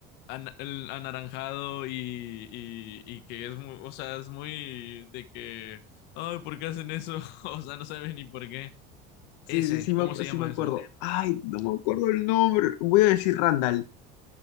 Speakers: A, on the left; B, on the left.
A: an- el- anaranjado y, y, y que es muy, o sea, es muy de que, ay, ¿por qué hacen eso? <laughs> O sea, no saben ni por qué.
B: Sí,
A: Ese,
B: sí, sí me,
A: ¿cómo
B: acu-
A: se
B: sí
A: llama
B: me acuerdo.
A: ese?
B: Ay, no me acuerdo el nombre. Voy a decir Randall.